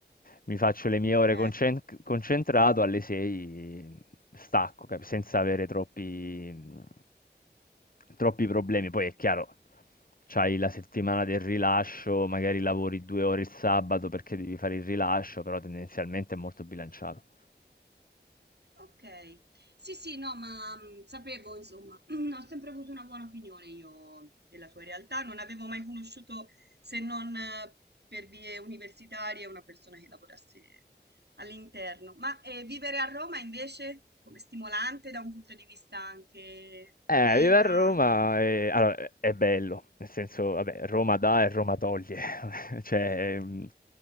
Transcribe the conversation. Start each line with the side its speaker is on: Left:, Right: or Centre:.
Left: mi faccio le mie
Right: Ok.
Left: ore concen- concentrato, alle sei stacco, cap- senza avere troppi, troppi problemi. Poi è chiaro, c'hai la settimana del rilascio, magari lavori due ore il sabato perché devi fare il rilascio, però tendenzialmente è molto bilanciato.
Right: Okay. Sì, sì, no, ma, mhmm, sapevo insomma, <clears throat> ho sempre avuto una buona opinione io della sua realtà, non avevo mai conosciuto, se non eh, per vie universitarie, una persona che lavorasse all'interno. Ma, ehm, vivere a Roma invece come stimolante da un punto di vista anche
Left: Eh,
Right: di vita?
Left: vivere a Roma è allora è è bello, nel senso, vabbè, Roma dà e Roma toglie, <laughs> cioè, mhmm,